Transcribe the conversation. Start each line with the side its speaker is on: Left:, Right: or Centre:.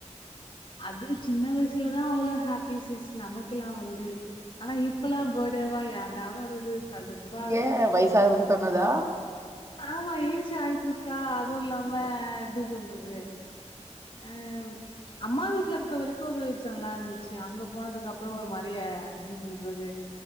Left: அது சின்ன வயசுலதான் அவ்ளோ ஹாப்பி சிஸ் நமக்குெல்லா வந்து ஆனா இப்பலா போடவா அண்டாவறது கடுப்பா இருக்கும்
Right: ஏ வயசாகுதுன்னு தோணுதா
Left: ஆமா ஏஜ்சா க்கா அதுவும் இல்லாம எப்படி சொல்றது
Right: ம்
Left: ஆஹ் அம்மா வீட்ல இருக்க வரைக்கும் ஒரு விஜம்லந்துச்சு ச்சி அங்க போனதுக்கு அப்பறம் ஒரு மறைய வந்து சொல்றது